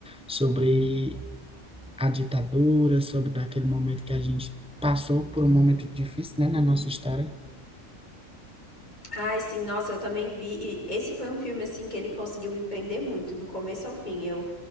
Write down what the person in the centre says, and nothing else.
sobre a ditadura, sobre aquele momento que a gente passou por um momento difícil, né, na nossa história.